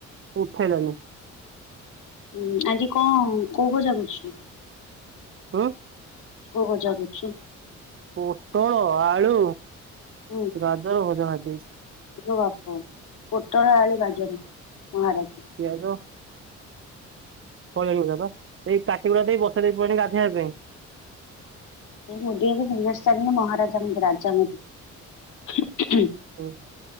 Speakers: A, on the right (about 45°); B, on the left (about 80°).
A: ଉଠେଇଲନି।
B: ହୁଁ ଆଜି କଣ କୋଉ ଭଜା କରୁଛୁ?
A: ହୁଁ।
B: କୋଉ ଭଜା କରଛୁ?
A: ପୋଟଳ ଆଳୁ
B: ହୁଁ
A: ଗାଜର ଭଜା ଖାଦେଇଛି।
B: ବାପ ପୋଟଳ ଆଳ ବାଜରୁ ମହାରାଜ।
A: ପିଆଜ। ଫଳୀ ଗୁଡା ତ ସେଇ କାଟିଗୁଡା ଦେଇ ବସା ଦେଇ ପଳେଇଲି ଗାଧେଇଆବା ପାଇଁ।
B: ସେ ମୋଦି ବିମସ୍ଥାନ ମହାରାଜା ମ ରାଜା ନୁହନ୍ତି।
A: ହଁ